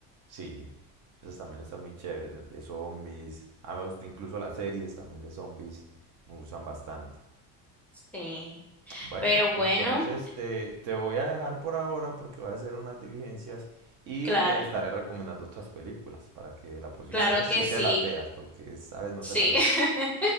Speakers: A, on the right (about 55°); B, in the centre.
A: Sí, esas también están muy chéveres. las de zombies. Ah, me gusta incluso las series también de zombies. Me gustan bastante.
B: Sí.
A: Bueno,
B: Pero bueno,
A: entonces te, te voy a dejar por ahora porque voy a hacer unas diligencias y
B: claro,
A: te estaré recomendando otras películas para que la próxima
B: claro
A: vez
B: que
A: sí
B: sí,
A: te las veas porque esta vez no
B: sí.
A: te la viste.
B: <laughs>